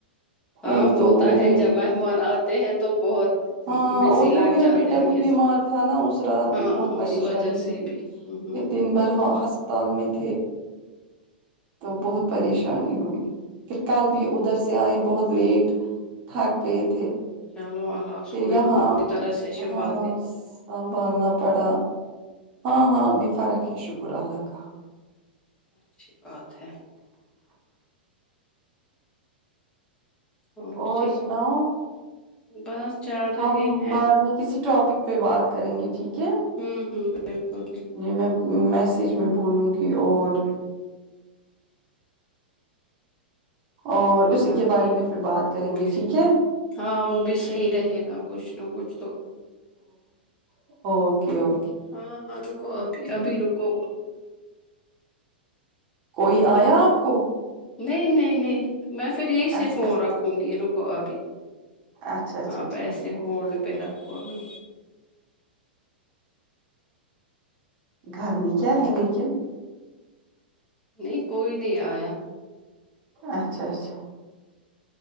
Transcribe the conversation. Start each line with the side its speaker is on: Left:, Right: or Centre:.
Left: ہاں
Right: ایک
Left: ہوتا
Right: تو وہ
Left: ہے
Right: بھی
Left: جب مہمان آتے ہیں تو بہت
Right: ہاں
Left: بزی
Right: اور
Left: لگ
Right: وہ میرا
Left: جاتے
Right: بیٹا
Left: ہیں ان
Right: بھی
Left: کے
Right: بیمار
Left: ساتھ
Right: تھا نا اس رات
Left: ہاں
Right: بھی بہت پریشانی
Left: اس وجہ
Right: ہوئی
Left: سے بھی
Right: پھر
Left: ہوں ہوں
Right: دن بھر ہسپتال میں تھے تو بہت پریشانی ہوئی پھر کل بھی ادھر سے آئے بہت
Left: ہوں
Right: لیٹ تھک گئے تھے
Left: چلو اللہ اس
Right: پھر
Left: کو بھی
Right: یہاں
Left: پوری طرح سے شفا
Right: ہاں
Left: دے
Right: سنبھالنا پڑا ہاں ہاں بھی فرق ہے شکر اللہ کا
Left: اچھی بات ہے اورور
Right: اور
Left: جی
Right: سناؤ
Left: بس چل رہے
Right: ہم
Left: ہیں
Right: بعد میں کسی ٹاپک پہ بات کریں گے ٹھیک ہے
Left: ہوں ہ بالکل بالکل
Right: جی میں میسیج میں بولوں گی اور اور اسی
Left: ہاں
Right: کے
Left: ٹھیک
Right: بارے میں پھر بات کریں
Left: وہ بھی
Right: گے ٹھیک ہے
Left: ہاں وہ بھی صحیح رہے گا کچھ نہ کچھ تو
Right: اوکے اوکے
Left: ہاں ہاں رکو ابھی ابھی رکو
Right: کوئی آیا آپ کو
Left: نہیں نہیں نہیں میں پھر یہی سے
Right: اچھا
Left: فون
Right: اچھا
Left: رکھوں گی رکو ابھی
Right: اچھا اچھا
Left: ہاں پیسے
Right: ٹھیک
Left: ہولڈ پہ رکھو ابھی
Right: گھر میں کیا ہے لیکن
Left: نہیں کوئی نہیں آیا
Right: اچھا اچھا